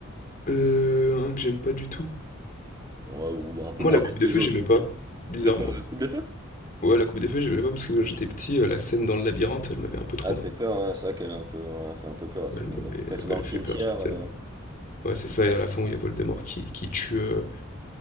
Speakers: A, on the left; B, on the right.
A: Euh, un que j'aime pas du tout.
B: Ouais, ou un peu
A: Moi,
B: moins
A: la
B: bien
A: Coupe de
B: que les
A: Feu,
B: autres.
A: j'aimais pas, bizarrement.
B: Le co- coupe de feu?
A: Ouais, la Coupe de Feu, j'aimais pas parce que quand j'étais petit, euh, la scène dans le labyrinthe, elle m'avait un peu trauma.
B: Ah, tu fais peur, ouais, c'est vrai qu'elle est un peu, elle fait un peu peur la
A: Ouais,
B: scène
A: Elle m'avait,
B: dans le lac. Quand ils
A: elle
B: sont
A: m'avait
B: dans le cimetière,
A: fait peur cette
B: euh,
A: scène. Ouais, c'est ça, et à la fin où il y a Voldemort qui, qui tue. euh,